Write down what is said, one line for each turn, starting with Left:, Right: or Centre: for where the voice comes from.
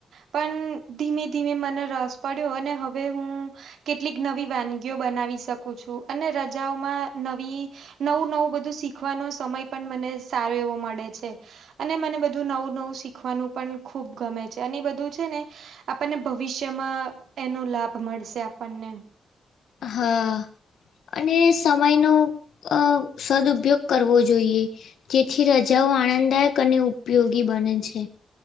Right: પણ ધીમે ધીમે મને રસ પડ્યો અને હવે હું કેટલીક નવી વાનગીઓ બનાવી શકું છું અને રજાઓમાં નવી નવું નવું બધું શીખવાનો સમય પણ મને સારો એવો મળે છે. અને મને બધું નવું નવું શીખવાનું પણ ખૂબ ગમે છે અને બધું છે ને આપણને ભવિષ્યમાં એનો લાભ મળશે આપણને
Left: હા. અને સમયનો અહ સદઉપયોગ કરવો જોઈએ. જેથી રજાઓ આનંદદાયક અને ઉપયોગી બને છે.